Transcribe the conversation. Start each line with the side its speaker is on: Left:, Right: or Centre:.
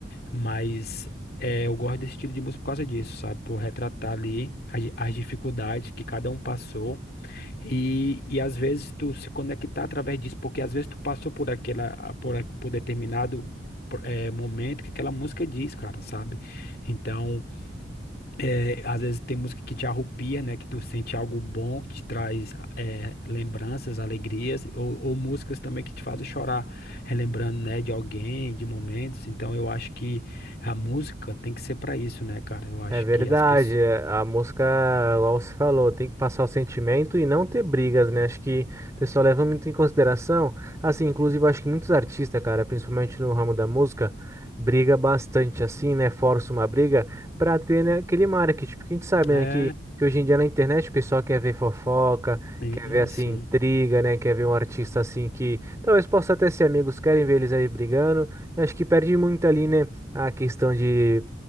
Left: Mas é, eu gosto desse estilo de música por causa disso, sabe? Por retratar ali as, as dificuldades que cada um passou e, e às vezes tu se conectar através disso, porque às vezes tu passou por aquela, por, a- por determinado por- eh, momento que aquela música diz, cara, sabe? Então, eh, às vezes tem música que te arrupia, né? Que tu sente algo bom, que te traz eh, lembranças, alegrias, ou, ou músicas também que te fazem chorar, relembrando, né, de alguém, de momentos. Então, eu acho que a música tem que ser pra isso, né, cara? Eu acho
Right: É verdade,
Left: que as pessoas.
Right: é, a música, igual você falou, tem que passar o sentimento e não ter brigas, né? Acho que o pessoal leva muito em consideração. Assim, inclusive, acho que muitos artistas, cara, principalmente no ramo da música, briga bastante assim, né? Força uma briga pra ter, né, aquele marketing. Porque a gente sabe,
Left: É,
Right: né, que, que hoje em dia na internet o pessoal quer ver fofoca,
Left: sim,
Right: quer ver, assim,
Left: sim,
Right: intriga, né? Quer ver um artista, assim, que talvez possa até ser amigos, querem ver eles aí brigando. Eu acho que perde muito ali, né? a questão de